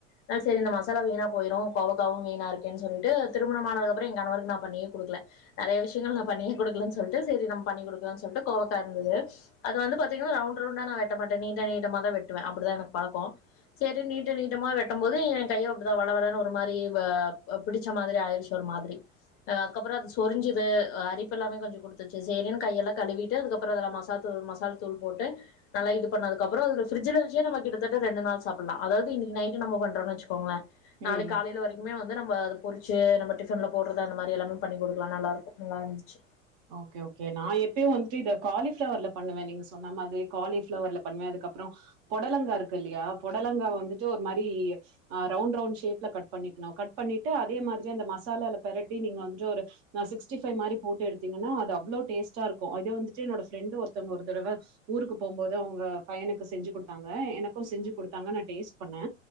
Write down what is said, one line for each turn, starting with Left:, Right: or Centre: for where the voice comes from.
Left: நா சேரி அந்த மசாலா வீணா போயிரு கோவ க்காவு வீணா இருக்கு சொல்ட்டு திருமணமானதுக்கப்றோ எங்கணவருக்கு நா பண்ணியே குடுக்கல நெறைய விஷயங்கள் நா பண்ணியே குடுக்கலன் சொல்ட்டு சேரி நம்ம பண்ணி குடுக்கலான் சொல்ட்டு கோவக்கா இருந்துது அத வந்து பாத்தீங்கனா ரவுண் ரவுண்டா நா வெட்ட மாட்டே நீட்ட நீட்டமா தா வெட்டுவே அப்புடிதா எனக்கு பழக்கோ செரி நீட்ட நீட்டமா வெட்டம்போது எ கையு அப்டிதா வழவழன்னு ஒரு மாரி வ அப் பிடிச்ச மாதிரி ஆயிர்ச்சு ஒரு மாதிரி அதுக்கப்றோ சொரிஞ்சிது அரிப்பெல்லாமே கொஞ்ச குடுத்துச்சு சேரின்னு கையெல்லா கழுவிட்டு அதுக்கப்பறோ அதுல மசா தூள் மசால் தூள் போட்டு நல்லா இது பண்ணதுக்கப்றொ அதுல ஃப்ரிஜ்ஜுல வச்சே நம்ம கிட்டதட் ட ரெண்டு நாள் சாப்புட்லா அதாவது இன்னைக்கு நைட்டு நம்ம பண்றொனு வச்சிக்கோங்க நாளைக்
Right: உம்
Left: காலையில வரைக் க்மே வந்து நம்ம அத பொரிச்சு நம்ம டிஃபன்ல போட்றது அந்த மாரி எல்லாமே பண்ணி குடுக்லா நல்லாருக்கு நல்லா இருந்துச்சி
Right: ஓகே ஓகே நா எப்பயு வந்துட்டு இத காலிஃப்ளவர்ல பண்ணுவே நீங்க சொன்ன மாதிரி காலிஃப்ளவர்ல பண்ணுவே அதுக்கப்றொ பொடலங்காருக்கு இல்லையா பொடலங்கா வந்துட்டு ஒரு மாரி அ ரவுண்ட்டு ரவுண்ட் ஷேப்ல கட் பண்ணிக்ணு கட் பண்ணிட்டு அதே மாதிரி அந்த மசாலால பெரட்டி நீங்க வந்துட்டு ஒரு நா சிக்ஸ்டி ஃபை மாரி போட்டு எடுத் திங்கனா அது அவ்ளோ டேஸ்ட்டா இருக்கு இது வந்துட்டு என்னோட ஃப்ரெண்டு ஒருத்தங்க ஒரு தடவ ஊருக்கு போம்போது அவங்க பையனுக்கு செஞ்சு குடுத்தாங்க எனக்கு செஞ்சு குடுத்தாங்க நா டேஸ்ட் பண்ணெ